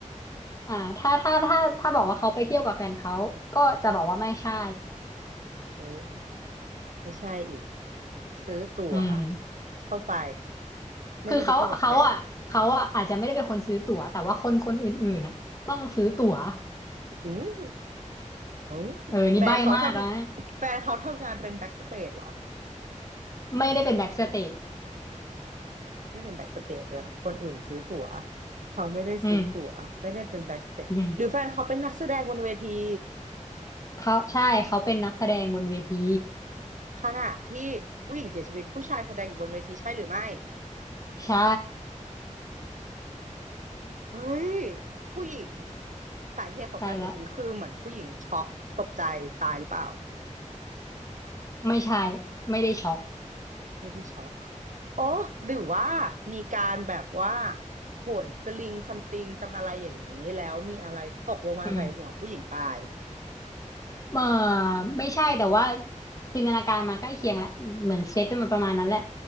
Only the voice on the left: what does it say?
อ่าถ้าถ้าถ้าถ้าบอกว่าเขาไปเที่ยวกับแฟนเขาก็จะบอกว่าไม่ใช่
อืม
คือเขาเขาอ่ะเขาอ่ะอาจจะไม่ได้เป็นคนซื้อตั๋วแต่ว่าคนคนอื่นๆอ่ะต้องซื้อตั๋ว
เออนี่ใบ้มากนะไม่ได้เป็นแบ็กสเตจ
อืมอืมเขาใช่เขาเป็นนักแสดงบนเวที
ใช่
ใช้ละไม่ใช่ไม่ได้ช็อก
อืม เออไม่ใช่แต่ว่าจินตนาการมันใกล้เคียงแหละเหมือนเซตมันประมาณนั้นแหละ